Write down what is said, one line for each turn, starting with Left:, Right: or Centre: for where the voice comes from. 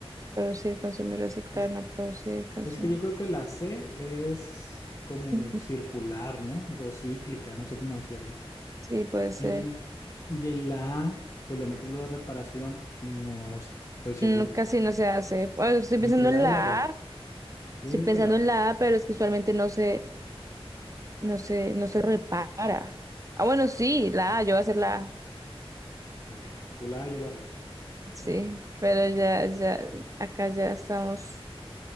Right: Producir, consumir, reciclar.
Left: Es,
Right: No. Producir, consumir.
Left: es que yo creo que la C es como
Right: <laughs>
Left: circular, ¿no? O cíclica, no sé cómo decirlo.
Right: Sí, puede ser.
Left: Y, y en la A, pues le metes lo de reparación, no estoy seguro.
Right: No, casi no se hace. Pues, Estoy
Left: Entre
Right: pensando
Left: la
Right: en
Left: A
Right: la
Left: y la B,
Right: A,
Left: yo
Right: estoy
Left: digo
Right: pensando
Left: que la B.
Right: en la A, pero es que usualmente no se, no se, no se repara. Ah, bueno, sí, la A, yo voy a hacer la A.
Left: Ok, tú la A, yo la B.
Right: Sí, pero ya, ya, acá ya estamos